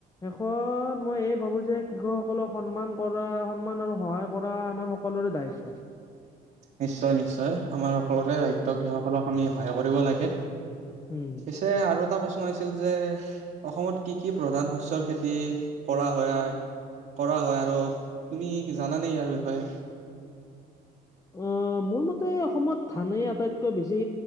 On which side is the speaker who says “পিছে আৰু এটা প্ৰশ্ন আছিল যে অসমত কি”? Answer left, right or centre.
Right